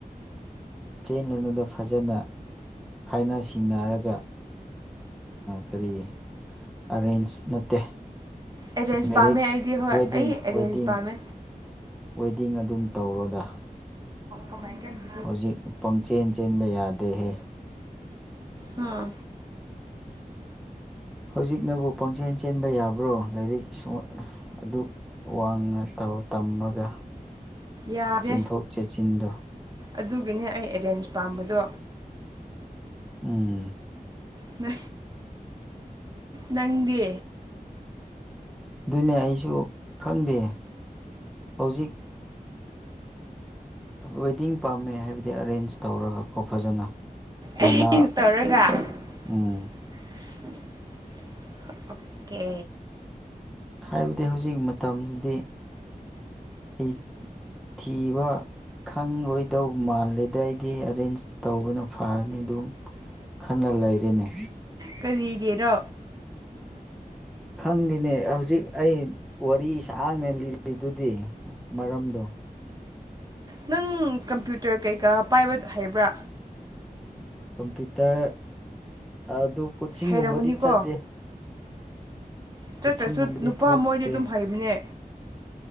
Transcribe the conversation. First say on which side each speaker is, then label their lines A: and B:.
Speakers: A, in the centre; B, on the right.
A: ꯆꯇꯦꯟꯅꯅꯨꯡꯗ ꯐꯖꯅ ꯍꯥꯏꯅ ꯁꯤꯡꯅꯔꯒ ꯀꯔꯤ ꯑꯔꯦꯟꯖ ꯅꯠꯇꯦ
B: ꯑꯦꯔꯦꯟꯖ
A: ꯃꯦꯔꯤꯖ
B: ꯄꯥꯝꯃꯦ ꯑꯩꯗꯤ ꯍꯣꯏ
A: ꯋꯦꯗꯤꯡ
B: ꯑꯩ ꯑꯦꯔꯦꯟꯖ
A: ꯋꯦꯗꯤꯡ
B: ꯄꯥꯝꯃꯦ
A: ꯋꯦꯗꯤꯡ ꯑꯗꯨꯝ ꯇꯧꯔꯣꯗ
B: ꯑꯣꯖꯅꯥꯏꯀꯟ <unintelligible>
A: ꯍꯧꯖꯤꯛ ꯄꯪꯆꯦꯟ ꯆꯦꯟꯕ ꯌꯥꯗꯦꯍꯦ
B: ꯍꯥꯥ
A: ꯍꯧꯖꯤꯛꯅꯕꯨ ꯄꯪꯆꯦꯟ ꯆꯦꯟꯕ ꯌꯥꯕ꯭ꯔꯣ ꯂꯥꯏꯔꯤꯛ ꯁ ꯑꯗꯨ ꯋꯥꯡꯅꯥ ꯇꯧ ꯇꯝꯃꯒ
B: ꯌꯥꯗꯦ
A: ꯆꯦꯟꯊꯣꯛ ꯆꯦꯟꯁꯤꯟꯗꯣ
B: ꯑꯗꯨꯒꯤꯅꯦ ꯑꯩ ꯑꯦꯔꯦꯟꯖ ꯄꯥꯝꯕꯗꯣ
A: ꯎꯝ
B: ꯅ ꯅꯪꯗꯤ
A: ꯑꯗꯨꯅꯦ ꯑꯩꯁꯨ ꯈꯪꯗꯦ ꯍꯧꯖꯤꯛ ꯋꯦꯗꯤꯡ ꯄꯥꯝꯃꯦ ꯍꯥꯏꯕꯗꯤ ꯑꯔꯦꯟꯖ ꯇꯧꯔꯒꯀꯣ ꯐꯖꯅ ꯌꯥꯅ
B: ꯑꯦꯔꯦꯟꯖ ꯇꯧꯔꯒ <unintelligible>
A: ꯎꯝ
B: ꯄꯛꯀꯦ
A: ꯍꯥꯏꯕꯗꯤ ꯍꯧꯖꯤꯛ ꯃꯇꯝꯁꯤꯗꯤ ꯑꯩ ꯊꯤꯕ ꯈꯪꯂꯔꯣꯏꯗꯧ ꯃꯥꯜꯂꯦꯗ ꯑꯩꯗꯤ ꯑꯦꯔꯦꯟꯖ ꯇꯧꯕꯅ ꯐꯔꯅꯤ ꯑꯗꯨꯝ ꯈꯟꯅ ꯂꯩꯔꯑꯦꯅꯦ
B: ꯀꯔꯤꯒꯤꯦꯔꯣ
A: ꯈꯪꯗꯦꯅꯦ ꯍꯧꯖꯤꯛ ꯑꯩ ꯋꯥꯔꯤ ꯁꯥꯡꯅ ꯂꯤꯔꯤꯗꯨꯗꯤ ꯃꯔꯝꯗꯣ
B: ꯅꯪ ꯀꯝꯄ꯭ꯌꯨꯇꯔ ꯀꯩꯀꯥ ꯄꯥꯏꯕ ꯍꯥꯏꯕ꯭ꯔꯥ
A: ꯀꯝꯄ꯭ꯌꯨꯇꯔ ꯑꯗꯨ ꯀꯣꯆꯤꯡꯒꯨꯝꯕꯗꯤ
B: ꯍꯩꯔꯝꯒꯅꯤꯀꯣ
A: ꯆꯠꯇꯦ ꯀꯣꯆꯤꯡꯒꯨꯝꯕꯗꯤ
B: ꯆꯠꯇ꯭ꯔꯁꯨ ꯅꯨꯄꯥ
A: ꯊꯣꯛꯇꯦ
B: ꯃꯣꯏꯗꯤ ꯑꯗꯨꯝ ꯍꯩꯕꯅꯦ